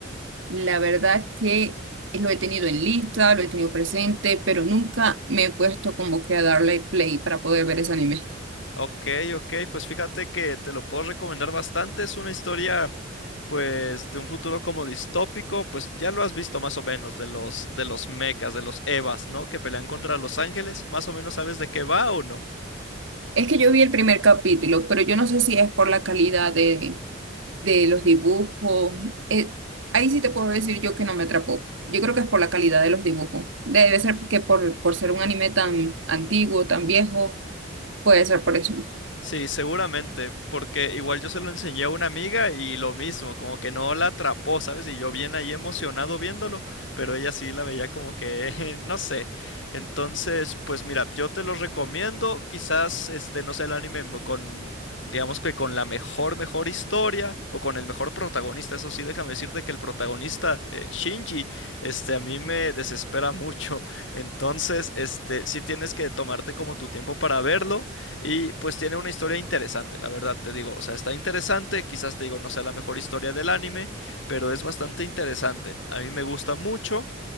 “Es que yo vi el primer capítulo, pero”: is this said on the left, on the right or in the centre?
Right